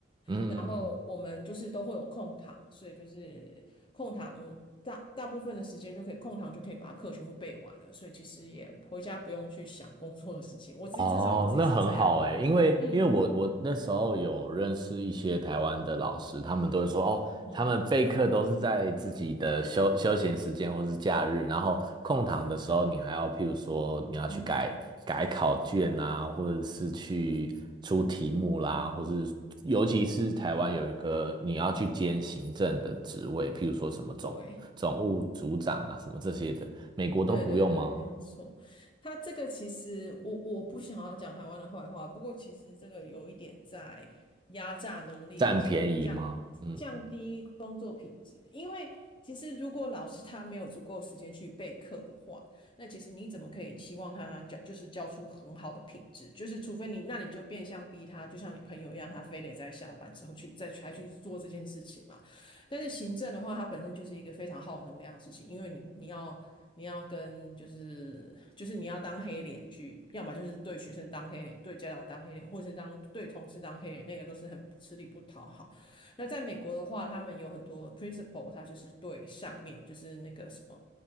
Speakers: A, on the right; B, on the left.
A: 嗯嗯嗯。
B: 然后我们就是都会有空堂，所以就是空堂大大部分的时间就可以空堂就可以把课全部背完了，所以其实也回家不用去想工作的事情，我自己至少我自己是这样，
A: 哦，那很好哎，因为因为我我那时候有认识一些台湾的老师，
B: 嗯。
A: 他们都会说哦，
B: 嗯哼，
A: 他们备课都是在自己的休休闲时间或是假日，然后空堂的时候，你还要譬如说你要去改改考卷啊，
B: 嗯哼，
A: 或者是去出题目啦，或是尤其是台湾有一个你要去兼行政的职位，譬如说什么总总务组长啊，
B: 对，
A: 什么这些的，美国都不用吗？
B: 对对对，没有错。他这个其实我我不想要讲台湾的坏话，不过其实这个有一点在压榨能力，
A: 占便宜吗？
B: 而且降
A: 嗯。
B: 降低工作品质。因为其实如果老师他没有足够时间去备课的话，那其实你怎么可以期望他教就是教出很好的品质？就是除非你，那你就变相逼他，就像你朋友一样，他非得在下班之后去再去还去做这件事情嘛。但是行政的话，它本身就是一个非常耗能量的事情，因为你你要你要跟就是就是你要当黑脸去，要么就是对学生当黑脸，对家长当黑脸，或者是当对同事当黑脸，那个都是很吃力不讨好。那在美国的话，他们有很多 principal，他就是对上面就是那个什么。